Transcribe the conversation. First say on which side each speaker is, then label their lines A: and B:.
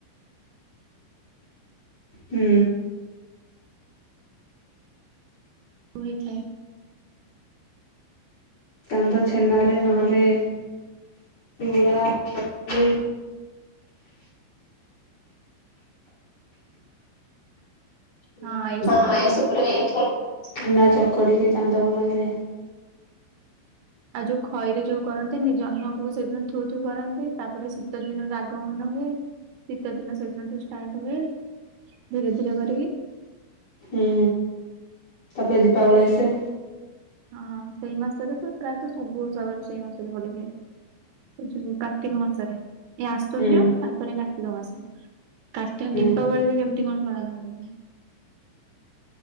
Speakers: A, on the left; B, on the right.
A: ହୁଁ।
B: ହୋଇ ଥାଏ।
A: ଚାନ୍ଦ ଛେନାରେ ନହେଲେ ଚୁଡା କଦଳୀ ଚୁଡ଼ା
B: ହଁ
A: କ
B: ଏସବୁରେ ହେଇଥାଏ
A: ଛେନା ଚକଡିକି ଚାନ୍ଦ ବନାଯାଏ।
B: ଆଉ ଯୋଉ ଖଇରେ ଯୋଉ କରନ୍ତି ନି ଜହ୍ନକୁ ସେଇଦିନ ଥୁ ଥୁ କରନ୍ତୀ ତାପରେ ଶୀତ ଦିନର ଆଗମନ ହୁଏ। ଶୀତ ଦିନ ସେଦିନଠୁ ଷ୍ଟାର୍ଟ ହୁଏ ଧୀରେ ଧୀରେ କରିକି।
A: ହୁଁ। ତାପରେ ଦୀପାବଳି ଆସେ।
B: ହଁ ସେଇ ମାସରେ ତ ପ୍ରାୟତଃ ସବୁ ଓସବାର ସେଇ ମାସରେ ପଡିଥାଏ। ଏ ଯଉ କାର୍ତ୍ତିକ ମାସରେ। ଏ ଆଶୁନ୍ୟ
A: ହୁଁ
B: ତାପରେ କାର୍ତ୍ତିକ ମାସ କାର୍ତ୍ତିକ
A: ହୁଁ।
B: ଦୀପାବଳି ବି କେମିତି କଣ ପାଳନ କରିନ୍ତି।